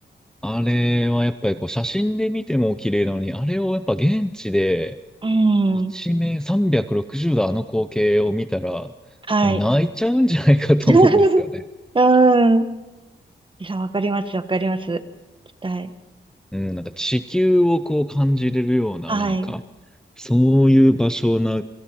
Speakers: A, in the centre; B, on the right (about 25°).
A: あれはやっぱりこう写真で見ても綺麗なのに、あれをやっぱ現地で
B: ーん。
A: 一面360度あの光景を見たら、
B: はい。
A: 泣いちゃうんじゃないかと思うんですよね。
B: <laughs> うーん。いや、わかります。わかります。行きたい。
A: うん、なんか地球をこう感じれるような、
B: はい。
A: なんか、そういう場所な